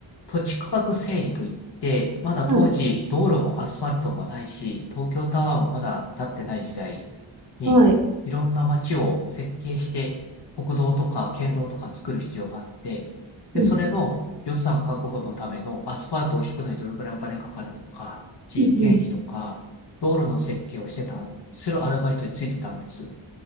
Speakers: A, on the left (about 55°); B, on the right (about 40°).
A: 土地区画整理といって、まだ当時道路もアスファルトもないし、
B: はい。
A: 東京タワーもまだ建ってない時代に、
B: はい。
A: いろんな街を設計して、国道とか県道とか作る必要があって、で、
B: うん。
A: それの予算確保のためのアスファルトを引くのにどれくらいお金かかるとか、人件費とか、
B: うん。
A: 道路の設計をしてた、するアルバイトについてたんです。